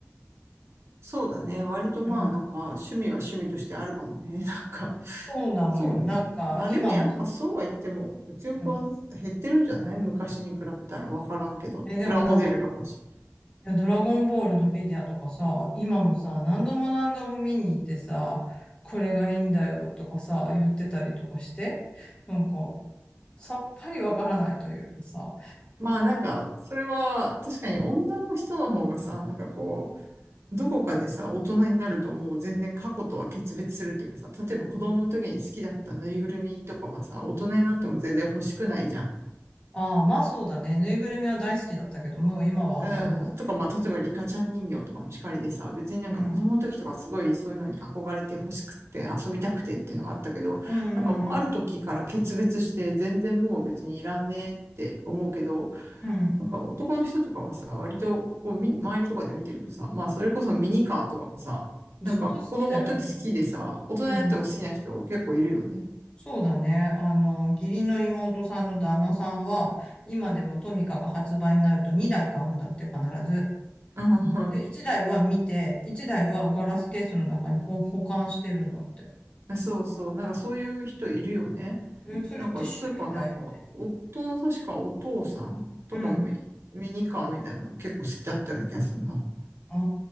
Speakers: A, on the right (about 65°); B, on the left (about 20°).
A: そうだね。割とまあなんか趣味は趣味としてあるかもね。
B: うん。
A: <laughs> なんか、
B: そうなのよ。
A: そうね。
B: なんか、
A: まあでもやっぱそうは言っても物欲は減ってるんじゃない昔に比べたらわからんけど。
B: 今も、うん。え、でもなんか
A: プラモデルが欲しい。
B: いや、ドラゴンボールのフィギュアとかさ、今もさ、何度も何度も見に行ってさ、これがいいんだよとかさ、言ってたりとかして、なんか、さっぱりわからないというかさ、
A: まあなんか、それは確かに女の人の方がさ、なんかこう、どこかでさ、大人になるともう全然過去とは決別するっていうかさ、例えば子供の時に好きだったぬいぐるみとかはさ、大人になっても全然欲しくないじゃん。
B: ああ、まあそうだね。ぬいぐるみは大好きだったけど、もう今はあんまりだね。
A: うん。とか、まあ、例えばリカちゃん人形とかもしかりでさ、別になんか子供の時とかすごいそういうのに憧れて欲しくって遊びたくてっていうのがあったけど、
B: うん。うんうん
A: なんかもうある時から決別して全然もう別にいらんねって思うけど、
B: うん。うん。
A: なんか男の人とかはさ、割とこうみ、周りとかで見てるとさ、まあそれこそミニカーとかもさ、
B: ずっと好きだよね。
A: なんか子供の時好きでさ、大人になっても好きな人結構いるよね。
B: うん。そうだね。あの、義理の妹さんの旦那さんは、今でもトミカが発売になると2台買うんだって必ず。
A: うん。
B: で、一台は見て、一台はガラスケースの中に保、保管してるんだって。
A: そうそう。なんかそういう人いるよね。
B: え、それって趣味だよね。
A: なんかスーパーなんか、夫の確かお父さんとかもいミニカーみたいなの結構好きだったような気がするな。
B: うん。ああ、